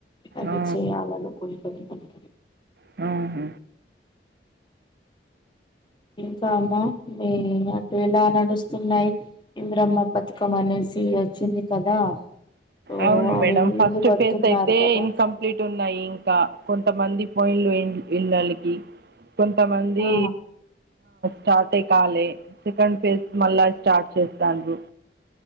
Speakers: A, on the left (about 25°); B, on the right (about 55°).
A: అది..
B: ఆ
A: చెయ్యాలినుకుతున్నాను...
B: హ,.. హ...
A: కా అమ్మా మీ... ఎలా నడుస్తున్నాయి్ ఇంధ్రమా పతకం అనేసి వచ్చింది కదా.. సో
B: అవును
A: అవి
B: మేడం ఫస్ట్
A: ఇల్లు కడుతున్నారు
B: ఫేస్ అయితే
A: కదా
B: ఇన్కమ్.. కంపెలతే ఉన్నాయి ఇంకా కొంతమంది పోయింలు ఇళ్ళలకి... కొంతమంది..
A: ఆ
B: సార్ట్ ఏయ్ కలే సెకండ్ ఫేజ్ మళ్ళ స్టార్ట్ చేస్తాను,..